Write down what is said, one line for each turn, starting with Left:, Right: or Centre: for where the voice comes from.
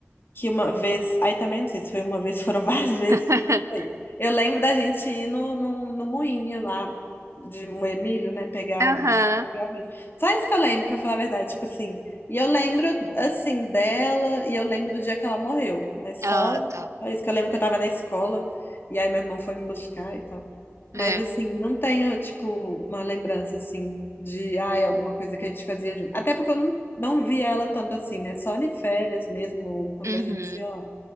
Left: que uma vez, aí também não sei se foi uma vez, <laughs> foram várias vezes.
Right: <laughs>
Left: Foi. Eu lembro da gente ir no, no, no moinho lá de moer milho, né? Pegar,
Right: Aham.
Left: pegar o milho. Só isso que eu lembro, pra falar a verdade, tipo assim. E eu lembro, assim, dela, e eu lembro do dia que ela morreu, mas
Right: Ah,
Left: só,
Right: tá.
Left: só isso que eu lembro que eu tava na escola, e aí meu irmão foi me buscar e tal. Mas
Right: É.
Left: assim, não tenho, tipo, uma lembrança assim de ai, alguma coisa que a gente fazia junto. Até porque eu não, não via ela tanto assim, né? Só em férias mesmo, ou quando
Right: Uhum.
Left: a gente ia lá.